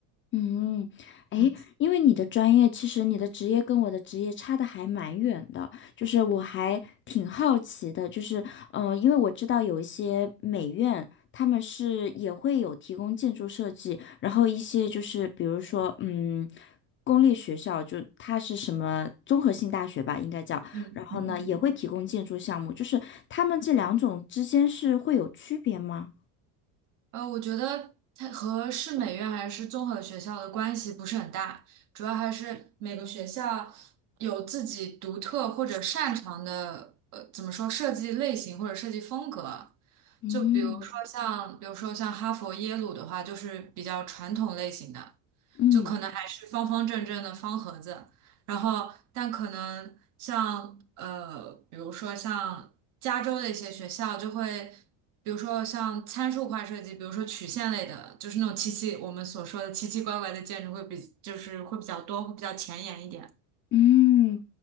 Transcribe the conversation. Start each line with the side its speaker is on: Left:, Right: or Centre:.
Left: 嗯，诶，
Right: 嗯
Left: 因为你的专业，其实你的职业跟我的职业差的还蛮远的，就是我还挺好奇的，就是，呃，因为我知道有一些美院，他们是也会有提供建筑设计，然后一些就是比如说，嗯，公立学校就它是什么综合性大学吧，应该叫，
Right: 嗯嗯嗯。
Left: 然后呢也会提供建筑项目，就是他们这两种之间是会有区别吗？
Right: 呃，我觉得它和市美院还是综合学校的关系不是很大，主要还是每个学校有自己独特或者擅长的，呃，怎么说设计类型或者设计风格。就比如说像，
Left: 嗯
Right: 比如说像哈佛、耶鲁的话，就是比较传统类型的，
Left: 嗯
Right: 就可能还是方方正正的方盒子。然后，但可能像呃，比如说像加州的一些学校就会。比如说像参数化设计，比如说曲线类的，就是那种奇奇我们所说的奇奇怪怪的建筑会比就是会比较多，会比较前沿一点。
Left: 嗯，